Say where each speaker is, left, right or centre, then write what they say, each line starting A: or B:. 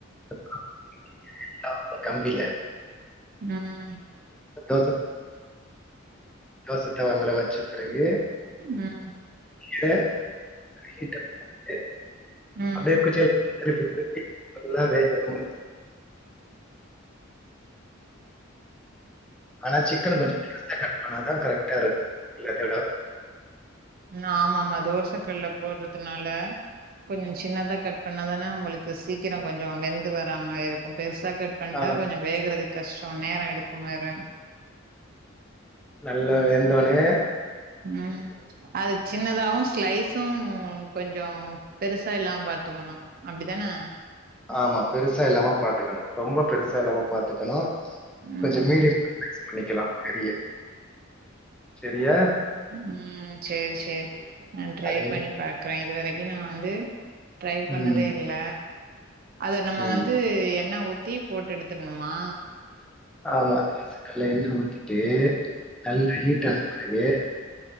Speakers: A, in the centre; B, on the right.
A: <inaudible> ஹ கம்பில
B: ம்
A: தோச தோசை தவாமேல வெச்சபிறகு
B: ம்
A: நீங்க ஹீட்டப் பண்ணிட்டு
B: ம்
A: அப்டியே குச்சியால திருப்பி திருப்பி வேக விடனு ஆனா சிக்கன கொஞ்ச சின்னதா கட் பண்ணாதா கரெக்டா இருக்கும் எல்லாத்த வி
B: ஆமா ஆமா தோசை கல்ல போட்ற னால கொஞ்ச சின்னதா கட் பண்ணாதான உங்களுக்கு சீக்கிர கொஞ்ச வெந்து வரா மார இருக்கு பெருசா கட் பண்ட்டா
A: ஆமா
B: கொஞ்ச வேகறது கஷ்டம் நேரம் எடுக்கு வேற
A: நல்ல வெந்தொனே
B: உம் அது சின்னதாவு ஸ்லைஸ் கும் கொஞ்ச பெருசா இல்லாம பாத்துக்கணு அப்டித்தான
A: ஆமா. பெருசா இல்லாம பாத்துக்கணும். ரொம்ப பெருசா இல்லாம பாத்துக்கணு
B: ம்
A: கொஞ்ச மீடியமா ஸ்லைஸ் பண்ணிக்கலா கரிய எடுத்து செரியா
B: உம் சேரி சேர் நா ட்ரை
A: அது
B: பண்ணி பாக்குறே இதுவரைக்கு நா வந்து ட்ரை பண்ணதே
A: ம்.
B: இல்ல அது நம்ம
A: ம்.
B: வந்து என்ன ஊத் டீ போட்டு எத்துரணுமா
A: ஆமா <unintelligible> கல்ல என்ன ஊத்திட்டு நல்லா ஹீட்டான பிறகு